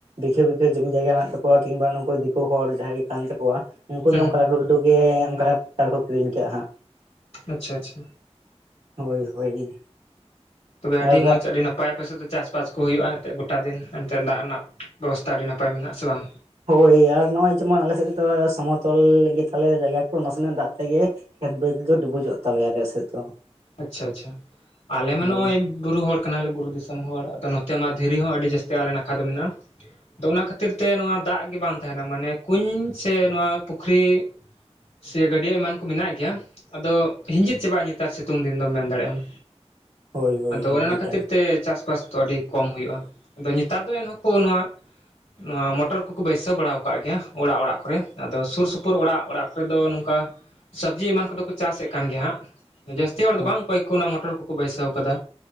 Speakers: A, on the right; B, on the left.
A: ᱵᱤᱜᱷᱮ ᱵᱤᱜᱷᱮ ᱡᱩᱚᱢᱤ ᱡᱟᱭᱜᱟ ᱢᱮᱱᱟᱜᱮ ᱛᱟᱠᱚᱣᱟ ᱠᱤᱱᱵᱟ ᱱᱩᱠᱩ ᱫᱤᱠᱩ ᱦᱚᱲ ᱡᱟᱦᱟᱸᱭ ᱜᱮ ᱠᱟᱱ ᱛᱟᱠᱚᱣᱟ ᱩᱱᱠᱩ
B: ᱦᱩᱸ
A: ᱫᱚ ᱚᱱᱠᱟ ᱞᱟᱹᱴᱩ ᱞᱟᱹᱴᱩ ᱜᱮ ᱚᱱᱠᱟ ᱴᱟᱠᱴᱟᱨ ᱨᱮᱠᱚ ᱠᱤᱨᱤᱧ ᱠᱟᱜᱼᱟ ᱦᱟᱸᱜ
B: ᱟᱪᱪᱷᱟ ᱟᱪᱪᱷᱟ
A: ᱦᱳᱭ ᱦᱳᱭ
B: ᱛᱚᱵᱮ ᱟᱹᱰᱤ
A: ᱟᱨ
B: ᱢᱚᱡ ᱟᱹᱰᱤ ᱱᱟᱯᱟᱭ᱾ ᱟᱯᱮᱥᱮᱫ ᱫᱚ ᱪᱟᱥ ᱵᱟᱥ ᱠᱚ ᱦᱩᱭᱩᱜᱼᱟ ᱮᱱᱛᱮᱫ ᱜᱚᱴᱟ ᱫᱤᱱ ᱮᱱᱛᱮᱫ ᱫᱟᱜ ᱨᱮᱱᱟᱜ ᱵᱮᱵᱚᱥᱛᱟ ᱟᱹᱰᱤ ᱱᱟᱯᱟᱭ ᱢᱮᱱᱟᱜᱼᱟ ᱥᱮ ᱵᱟᱝ?
A: ᱦᱳᱭ ᱟᱨ ᱱᱚᱜᱼᱚᱭ ᱡᱮᱢᱚᱱ ᱟᱞᱮ ᱥᱮᱫ ᱫᱚ ᱥᱚᱢᱚᱛᱚᱞ ᱜᱮᱛᱟᱞᱮᱭᱟ ᱡᱟᱭᱜᱟ ᱠᱚ ᱱᱟᱥᱮᱱᱟᱜ ᱫᱟᱜ ᱛᱮᱜᱮ᱾ ᱠᱷᱮᱛ ᱵᱟᱹᱫᱽ ᱫᱚ ᱰᱩᱵᱩᱡᱚᱜ ᱛᱟᱞᱮᱭᱟ ᱟᱞᱮ ᱥᱮᱫ ᱫᱚ᱾
B: ᱟᱪᱷᱟ ᱟᱪᱷᱟ ᱟᱞᱮ ᱢᱟ
A: ᱦᱳᱭ
B: ᱱᱚᱜᱼᱚᱭ᱾ ᱵᱩᱨᱩ ᱦᱚᱲ ᱠᱟᱱᱟᱞᱮ ᱵᱩᱨᱩ ᱫᱤᱥᱚᱢ ᱦᱚᱲ ᱟᱫᱚ ᱱᱚᱛᱮ ᱢᱟ ᱫᱷᱤᱨᱤ ᱦᱚᱸ ᱟᱹᱰᱤ ᱡᱟᱹᱥᱛᱤ ᱟᱞᱮ ᱱᱟᱠᱷᱟ ᱫᱚ ᱢᱮᱱᱟᱜᱼᱟ᱾ ᱟᱫᱚ ᱚᱱᱟ ᱠᱷᱟᱹᱛᱤᱨ ᱛᱮ ᱱᱚᱣᱟ ᱫᱟᱜ ᱜᱮ ᱵᱟᱝ ᱛᱟᱦᱮᱱᱟ ᱢᱟᱱᱮ ᱠᱩᱧ ᱥᱮ ᱱᱚᱣᱟ ᱯᱩᱠᱷᱨᱤ᱾ ᱥᱮ ᱜᱟᱹᱰᱭᱟᱹ ᱮᱢᱟᱱ ᱠᱚ ᱢᱮᱱᱟᱜ ᱜᱮᱭᱟ ᱟᱫᱚ ᱦᱤᱸᱡᱤᱫ ᱪᱟᱵᱟᱜᱼᱟ ᱱᱮᱛᱟᱨ ᱥᱤ--᱾ ᱥᱤᱛᱩᱝ ᱫᱤᱱ ᱫᱚᱢ ᱢᱮᱱ ᱫᱟᱲᱮᱭᱟᱜᱼᱟ
A: ᱦᱳᱭ ᱦᱳᱭ
B: ᱟᱫᱚ
A: ᱦᱳᱭ
B: ᱚᱱᱮ ᱚᱱᱟ
A: ᱮᱠᱟᱞ
B: ᱠᱷᱟᱹᱛᱤᱨ ᱛᱮ ᱪᱟᱥ ᱵᱟᱥ᱾ ᱛᱚ ᱟᱹᱰᱤ ᱠᱚᱢ ᱦᱩᱭᱩᱜᱼᱟ ᱟᱫᱚ ᱱᱮᱛᱟᱨ ᱫᱚ ᱮᱱᱦᱚᱸ ᱠᱚ ᱱᱚᱣᱟ᱾ ᱱᱚᱣᱟ ᱢᱚᱴᱚᱨ ᱠᱚᱠᱚ ᱵᱟᱹᱭᱥᱟᱹᱣ ᱵᱟᱲᱟ ᱟᱠᱟᱜ ᱜᱮᱭᱟ ᱚᱲᱟᱜ ᱚᱲᱟᱜ ᱠᱚᱨᱮ ᱟᱫᱚ ᱥᱩᱨ ᱥᱩᱯᱩᱨ᱾ <unintelligible> ᱚᱲᱟᱜ ᱚᱲᱟᱜ ᱠᱚᱨᱮ ᱫᱚ ᱱᱚᱝᱠᱟ ᱥᱟᱵᱽᱡᱤ ᱮᱢᱟᱱ ᱠᱚᱫᱚ ᱠᱚ ᱪᱟᱥ ᱮᱫ ᱠᱟᱱ ᱜᱮᱭᱟ ᱦᱟᱸᱜ᱾ ᱡᱟᱹᱥᱛᱤ ᱦᱚᱲ ᱫᱚ
A: ᱦᱳᱭ
B: ᱵᱟᱝ ᱚᱠᱚᱭ ᱠᱚ ᱚᱱᱟ ᱢᱚᱴᱚᱨ ᱠᱚᱠᱚ ᱵᱟᱹᱭᱥᱟᱹᱣ ᱠᱟᱫᱟ